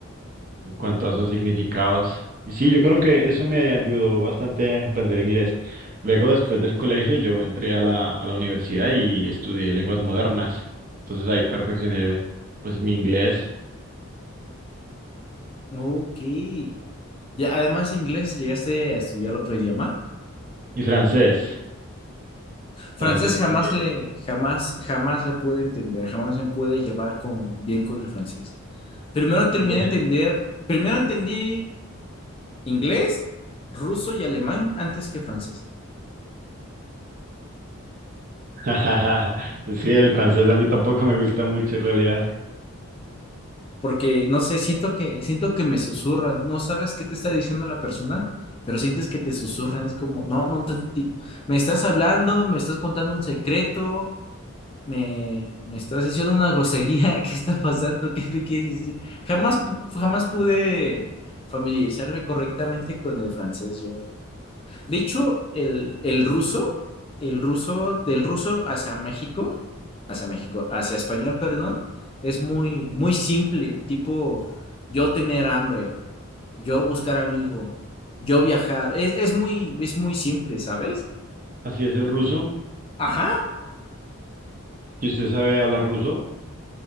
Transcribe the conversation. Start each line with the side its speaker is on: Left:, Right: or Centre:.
Right: cuanto a sus significados. Y sí, yo creo que eso me ayudó bastante a aprender inglés. Luego, después del colegio, yo entré a la, a la universidad y estudié lenguas modernas. Entonces ahí perfeccioné pues mi inglés
Left: Ok. Y además, inglés, ¿llegaste a estudiar otro idioma?
Right: y francés.
Left: Francés
Right: Francés
Left: jamás
Right: también.
Left: le, jamás, jamás le pude entender, jamás me pude llevar con, bien con el francés. Primero terminé
Right: Uy.
Left: de entender, primero entendí inglés, ruso y alemán antes que francés,
Right: <laughs> Sí, el francés a mí tampoco me gusta mucho en realidad.
Left: porque no sé, siento que, siento que me susurran, no sabes qué te está diciendo la persona, pero sientes que te susurran, es como, no, no, te- ti- me estás hablando, me estás contando un secreto, Me, me estás diciendo una grosería, <laughs> ¿qué está pasando? ¿Qué me quieres decir? Jamás, pu- jamás pude familiarizarme correctamente con el francés yo. De hecho, el, el ruso, el ruso, del ruso hacia México, hacia México, hacia español, perdón, es muy, muy simple, tipo yo tener hambre, yo buscar amigo, yo viajar, es, es muy, es muy simple, ¿sabes?
Right: Así es el ruso.
Left: Ajá,
Right: ¿Y usted sabe hablar ruso?